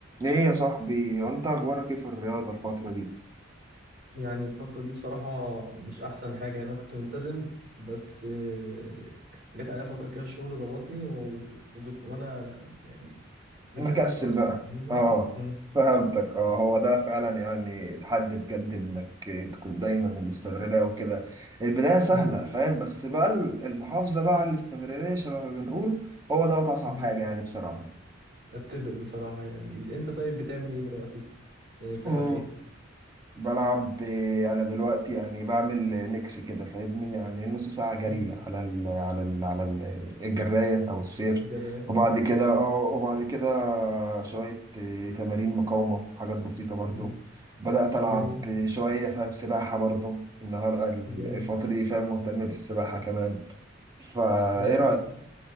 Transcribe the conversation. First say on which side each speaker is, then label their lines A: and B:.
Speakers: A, on the right; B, on the right.
A: ايه يا صاحبي وانت اخبارك ايه في الرياضة الفترة دي
B: يعني الفترة دي بصراحة مش أحسن حاجة يعني أنا كنت ملتزم بس آه، جت عليا فترة كده الشغل ضغطني و... وكنت وأنا يعني
A: مكسل
B: مكسل أصلا
A: بقى
B: فاهمني
A: اه
B: مم.
A: فهمتك اه هو ده فعلا يعني تحدي بجد انك تكون دايما الاستمرارية وكده البداية سهلة
B: مم.
A: فاهم بس بقى المحافظة بقى على الاستمرارية شبه ما بنقول هو ده اصعب
B: مم.
A: حاجة يعني بصراحة
B: أتفق بصراحة يعني أنت طيب بتعمل إيه دلوقتي؟ يعني بتلعب
A: مم.
B: إيه؟
A: بلعب آه، انا دلوقتي يعني بعمل ميكس كده فاهمني يعني نص ساعه جري
B: مم.
A: على ال على ال على ال الجرايه او السير
B: جراية أه
A: وبعد كده اه وبعد كده شويه آه، تمارين مقاومه حاجات بسيطه برضو
B: مم.
A: بدات العب
B: جميل
A: شويه فاهم سباحه برضو النهار الفتره
B: جامد
A: دي فاهم مهتم بالسباحه كمان فايه
B: السباحة دي بصراحة